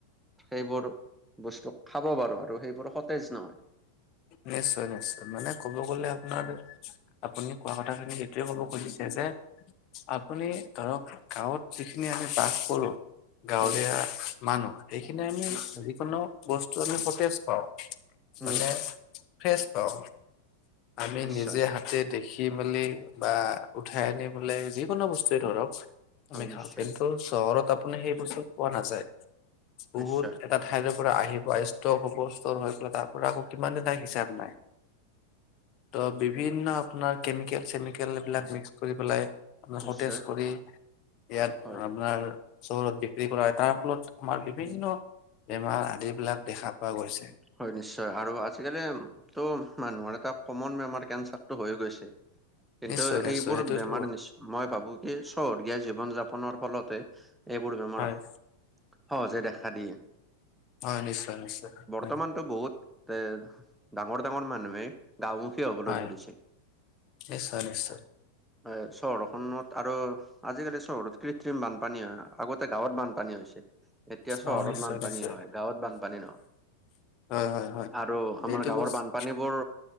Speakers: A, in the centre; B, on the left.
A: সেইবোৰ বস্তু খাব পাৰো আৰু সেইবোৰ সতেজ নহয়
B: নিশ্চয়- নিশ্চয়, মানে ক'ব গ'লে আপোনাৰ আপুনি কোৱা কথাখিনি এইটোৱে ক'ব খুজিছে যে আপুনি ধৰক গাঁৱত যিখিনি আমি বাস কৰোঁ। গাঁৱলীয়া
A: হয়
B: মানুহ, এইখিনি আমি
A: নিশ্চয়
B: যিকোনো বস্তু আমি সতেজ পাওঁ। মানে
A: উম
B: ফ্ৰেচ পাওঁ, আমি
A: নিশ্চয়
B: নিজে হা তে দেখি মেলি বা উঠাই আনি পেলাই যিকোনো বস্তুৱে ধৰক
A: হয়
B: আমি
A: নিশ্চয়
B: খাওঁ, কিন্তু চহৰত আপুনি সেই বস্তু পোৱা নাযায়, বহুত
A: নিশ্চয়
B: এটা ঠাইৰ পৰা আহিব, আহি ষ্টক হ'ব ষ্ট'ৰ হৈ পেলাই তাৰ পৰা আকৌ কিমান দিন থাকে হিচাপ নাই। ত' বিভিন্ন আপোনাৰ কেমিকেল চেমিকেল এইবিলাক মিক্স কৰি পেলাই আপোনাৰ
A: নিশ্চয়
B: সতেজ কৰি ইয়াত
A: হয়
B: আপোনাৰ চহৰত বিক্ৰী কৰা হয় তাৰ ফলত আমাৰ বিভিন্ন বেমাৰ আদিবিলাক দেখা পোৱা গৈছে।
A: হয় নিশ্চয় আৰু আজিকালিটো মানুহৰ এটা- কমন বেমাৰ কেঞ্চাৰটো হৈ গৈছে কিন্তু
B: নিশ্চয় নিশ্চয়
A: এইবোৰ
B: সেইটোতো
A: বেমাৰ নিশ্চয় - মই ভাবো কি চহৰীয়া জীৱন যাপনৰ ফলতে এইবোৰ বেমাৰত-
B: হয়
A: সহজে দেখা দিয়ে।
B: হয় নিশ্চয় নিশ্চয় নিশ্চয়।
A: বৰ্তমানতটো বহুত এ ডাঙৰ ডাঙৰ মানুহে। গাঁও মুখি হ'বলে
B: হয়
A: ধৰিছে।
B: নিশ্চয় নিশ্চয়।
A: হয় চহৰখনত আৰু আজিকালি চহৰত কৃত্ৰিম বানপানী হয় আগতে গাঁৱত বানপানী হৈছিল। এতিয়া চহৰত
B: অ নিশ্চয়
A: বানপানী
B: নিশ্চয়
A: হয় গাঁৱত বানপানী নহয়।
B: হয় হয় হয়
A: আৰু আমাৰ
B: এইটো
A: গাঁৱৰ
B: বস্তু
A: বানপানীবোৰ